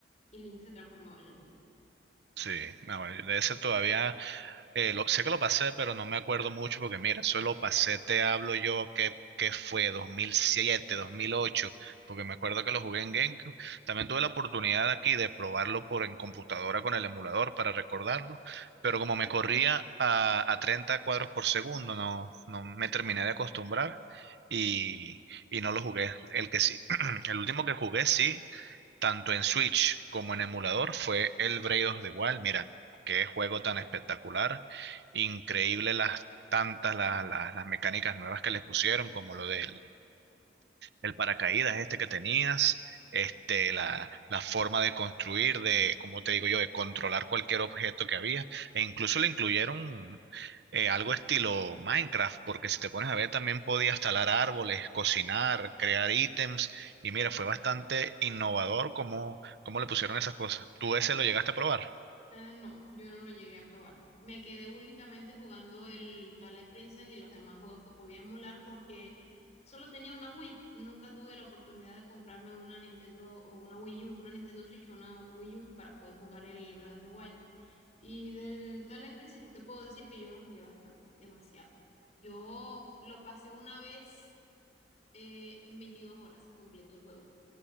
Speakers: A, on the left; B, on the right.
A: y Link se transformaba en lobo.
B: Sí, no, de ese todavía Eh, lo- sé que lo pasé, pero no me acuerdo mucho porque mira, eso lo pasé, te hablo yo, que, que fue 2007, 2008, porque me acuerdo que lo jugué en GameCube. También tuve la oportunidad aquí de probarlo por en computadora con el emulador para recordarlo, pero como me corría a, a 30 cuadros por segundo, no, no me terminé de acostumbrar y, y no lo jugué. El que sí, <clears throat> el último que jugué sí tanto en Switch como en emulador, fue el Braid of the Wild. Mira, qué juego tan espectacular, increíble las tantas las, las, las mecánicas nuevas que les pusieron, como lo del el paracaídas este que tenías, este, la, la forma de construir, de, como te digo yo, de controlar cualquier objeto que había, e incluso le incluyeron eh, algo estilo Minecraft, porque si te pones a ver también podías talar árboles, cocinar, crear ítems, y mira, fue bastante innovador cómo, cómo le pusieron esas cosas. ¿Tú ese lo llegaste a probar?
A: Ah, no, yo no lo llegué a probar. Me quedé únicamente jugando el Twilight Princess y los demás juegos que podía emular porque solo tenía una Wii. Nunca tuve la oportunidad de comprarme una Nintendo o una Wii U, una Nintendo Switch o una Wii U para poder jugar el Breath of the Wild. Y del Twilight Princess sí te puedo decir que yo lo jugué bastante, demasiado. Yo lo pasé una vez eh, en 22 horas, completo el juego